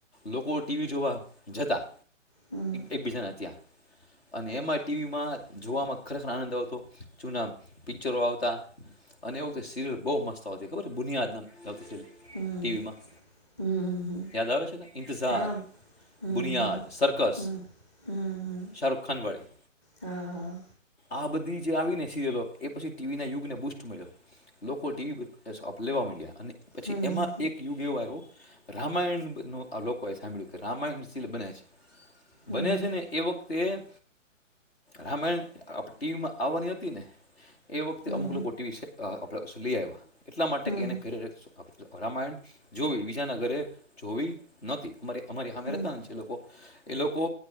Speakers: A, on the left; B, on the left.
A: લોકો ટીવી જોવા જતા
B: હમ
A: એકબીજાના ત્યાં અને એમાં ટીવી માં જોવામાં ખર આનંદ આવતો જુના પિક્ચરો આવતા અને એ વખતે સીરિયલ બહ મસ્ત આવતી ખબર છે બુનિયાદ આવતી
B: હમ
A: ટીવી માં
B: હમ હમ હમ
A: યાદ આવે છે ને ઇંતજાર
B: હા હમ
A: બુનિયાદ
B: હમ
A: સરકસ
B: હમ હમ હમ
A: શાહરૂુખ ખાન વાડી
B: હા હા
A: આ બધી જે આવી ને સિરિયલો એ પછી ટીવીના યુગને બુસ્ટ મળ્યો લોકો ટીવી પર લેવા મંડ્યા અને પછી
B: હમ
A: એમાં
B: હમ
A: એક યુગ એવો આવ્યો રામાયણ નું આ લોકોએ સાંભળ્યું રામાયણશીલ બને છે
B: હમ
A: બને
B: હમ
A: છે ને એ વખત તે રામાયણ ટીવીમાં આવવાની હતી ને એ વખતે
B: હમ
A: અમુક લોકો ટીવી સેટ આપણે લઈ આવ્યા એટલા માટે
B: હમ
A: એને
B: હમ
A: ઘરે રામાયણ જોવી બીજા ના ગરે જોવી નોતી અમારે અમારી હામે
B: હમ
A: રહેતાને જે લોકો એ લોકો